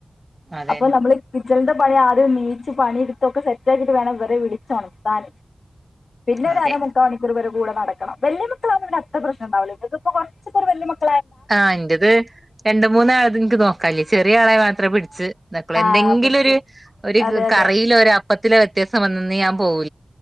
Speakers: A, on the right; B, on the left.
A: അതന്നെ
B: അപ്പോ നമ്മള് എൻ്റെ പണി ആദ്യം ണീച്ച് പണി ടുത്ത് ഒക്കെ സെറ്റ് ആക്കീട്ട് വേണം വരെ വിളിച്ചോണത്തിന് പിന്നൊരര
A: അതെ
B: മുക്കാമണിക്കൂർ വരും കൂടെ നടക്കണം വെല്ല്യമക്കളാണെ അത്ര പ്രശ്ന ഉണ്ടാവൂല ഇങ്ങക്കിപ്പോ കുറച്ചീസം ഒരു വല്ല്യ മക്ക
A: ആഹ് എന്റത് രണ്ട് മൂന്നാളത് ഇൻക്ക് നോക്കനില്ല ചെ ചെറിയ ആളെ മാത്രേ പിടിച്ച് നക്കളൂ
B: ആഹ്
A: എന്തെങ്കിലൊരു
B: പിടിച്ചു അതെ അതെ
A: കറിയിലോ ഒരു അപ്പത്തിലോ വ്യത്യാസം വന്നാ ന്ന് ഞാൻ പോകൂ